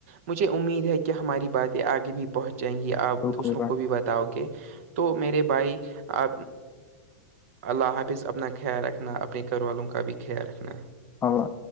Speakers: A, on the right (about 60°); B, on the left (about 20°).
A: مجھے امید ہے کہ ہماری باتیں آگے بھی پہنچ جاہیں گی آپ
B: بالکل
A: دوسروں
B: بھائی،
A: کو بھی بتاؤ گے تو ميے بھائی آ اللہ حافظ اپنا خیال رکھ رکھنا اپنے گھر والوں کا بھی خیال رکھنا
B: او